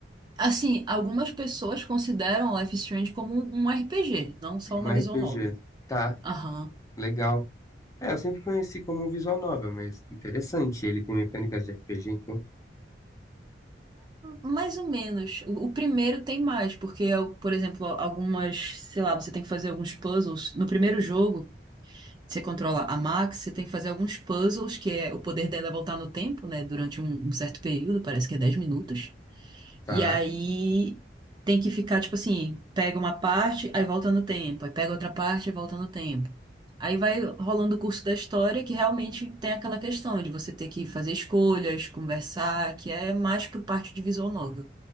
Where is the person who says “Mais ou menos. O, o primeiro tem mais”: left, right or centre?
Right